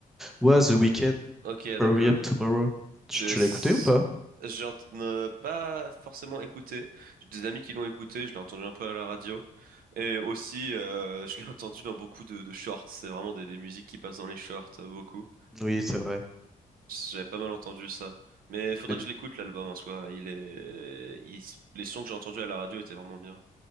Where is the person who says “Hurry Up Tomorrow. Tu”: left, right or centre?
Centre